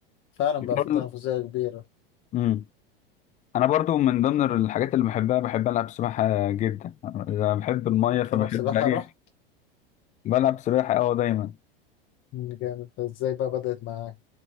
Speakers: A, on the left; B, on the left.
A: فعلا بقى
B: برضه
A: في تنافسيه كبيره
B: امم انا برضو من ضمن الحاجات اللي بحبها بحب العب سباحه جدا انا بحب الميه فبحب
A: تلعب سباحه
B: اي
A: راح
B: بلعب سباحه اه دايما
A: مم، جامد ازاي بقى بدات معاك